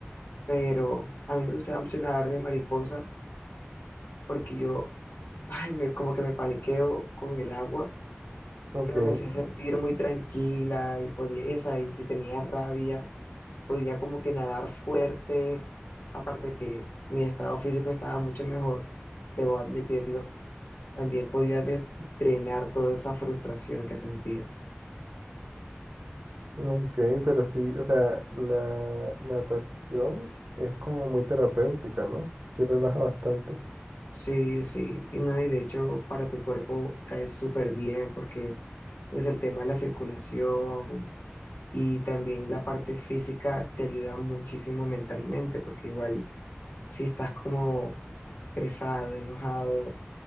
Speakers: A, on the left; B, on the right.
A: pero a mí me gustaba mucho nadar de mariposa porque yo, ay, me, como que me paniqueo con el agua
B: Ok,
A: pero me hacía sentir muy tranquila y podía, y, o sea, y si tenía rabia, podía como que nadar fuerte, aparte que mi estado físico estaba mucho mejor, debo admitirlo, también podía de- drenar toda esa frustración que sentía.
B: ok, pero sí, o sea, la natación es como muy terapéutica, ¿no? Sí relaja bastante.
A: Sí, sí, y no, y de hecho para tu cuerpo cae súper bien porque pues el tema de la circulación y también la parte física te ayuda muchísimo mentalmente porque igual si estás como estresado, enojado,